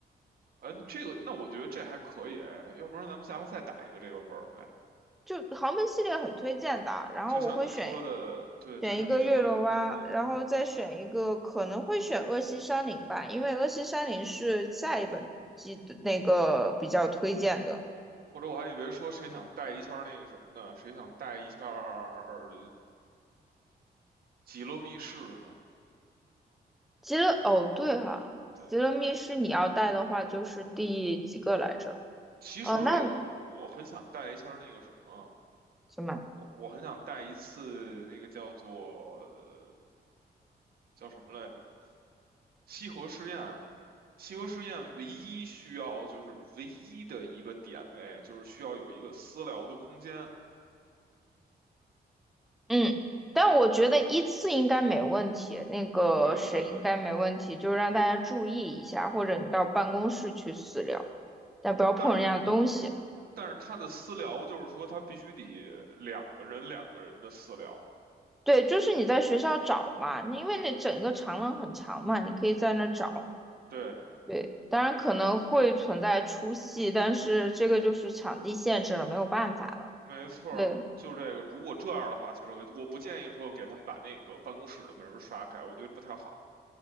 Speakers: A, on the right (about 65°); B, in the centre.
A: 嗯，这个那我觉得这还可以，要不然咱们下回再打一个这个本儿呗。
B: 就豪门系列很推荐的，然后我会选
A: 就像你说的，对，
B: 选一个月落湾，
A: 就像你说的，嗯哼，
B: 然后再选一个可能会选恶西山林吧，因为恶西山林是下一本季的那个比较推荐的。
A: 或者我还以为说谁想带一下儿那个什么呢？谁想带一下儿极乐密室呢？
B: 极乐哦对哈，
A: 我
B: 极乐密室你要带的话就是第几个来着？
A: 对，其实吧，
B: 哦，那
A: 我我很想带一下儿那个什么，
B: 怎么？
A: 我我很想带一次那个叫做呃叫什么来着？西河试验。西河试验唯一需要就是唯一的一个点位，就是需要有一个私聊的空间。
B: 嗯，但我觉得依次应该没问题，那个谁应该没问题，
A: 对，
B: 就让大家注意一下，或者你到办公室去私聊，但不要碰人家的东西。
A: 但是但是他的私聊就是说，他必须得两个人两个人的私聊。
B: 对，就是你在学校找嘛，你因为那整个长廊很长嘛，你可以在那找。
A: 对，
B: 对，当然可能会存在出戏，但是这个就是场地限制了，没有办法了。
A: 没错儿，
B: 对，
A: 就这个。如果这样的话，其实我我不建议说给他们把那个办公室的门儿刷开，我觉得不太好。